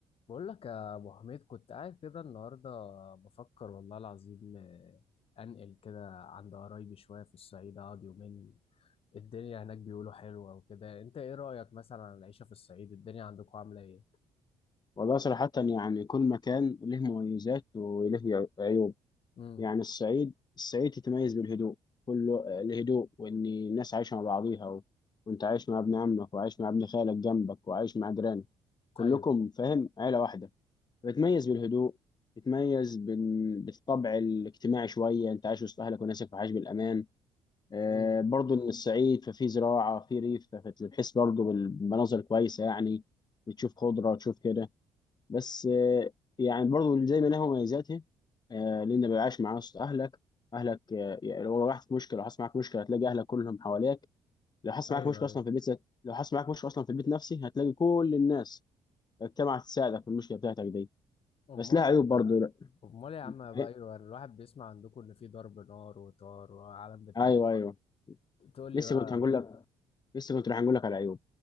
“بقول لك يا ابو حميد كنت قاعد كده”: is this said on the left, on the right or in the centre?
Left